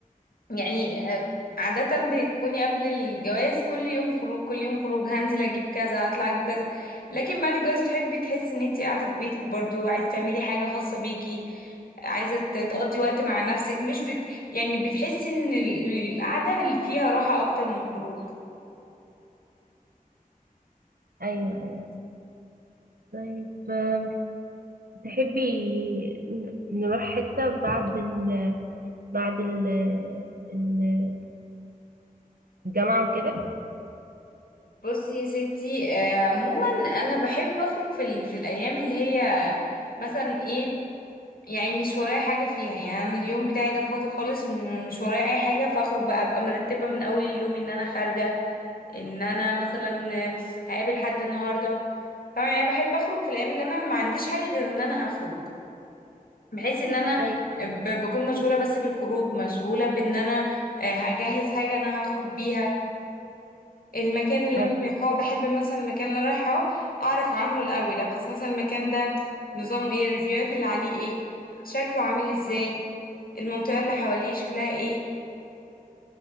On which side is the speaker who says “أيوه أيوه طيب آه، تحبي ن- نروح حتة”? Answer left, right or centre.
Right